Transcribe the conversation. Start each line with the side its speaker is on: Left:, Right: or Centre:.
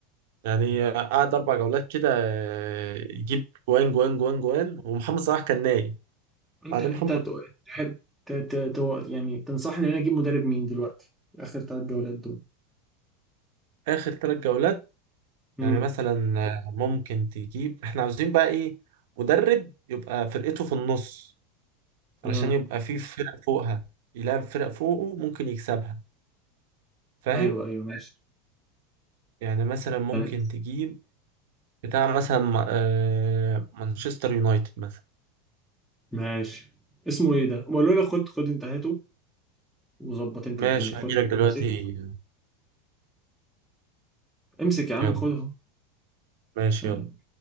Right: يعني آه، قعد اربع جولات كده آه، يجيب جوان جوان جوان جوان ومحمد صلاح كان نايم
Centre: انت
Right: بعد
Centre: انت
Right: محمد
Centre: ت- تحب ت- ت- ت- يعني تنصحني ان انا اجيب مدرب مين دلوقتي اخر ثلاث جولات دول
Right: اخر ثلاث جولات
Centre: امم
Right: يعني مثلا ممكن تجيب احنا عاوزين بقى ايه مدرب يبقى فرقته في النص علشان
Centre: اه
Right: يبقى في فرق فوقها يلعب فرق فوقه ممكن يكسبها فاهم
Centre: ايوه ايوه ماشي
Right: يعني مثلا ممكن
Centre: يعني
Right: تجيب بتاع مثلا ما- آه، مانشستر يونايتد مثلا
Centre: ماشي اسمه ايه ده وقالوا لي خد خد انتهاته وظبط انت
Right: ماشي
Centre: الدنيا خد
Right: هجيلك دلوقتي
Centre: امسك امسك يا عم
Right: يلا
Centre: خدها
Right: ماشي
Centre: سلام
Right: يلا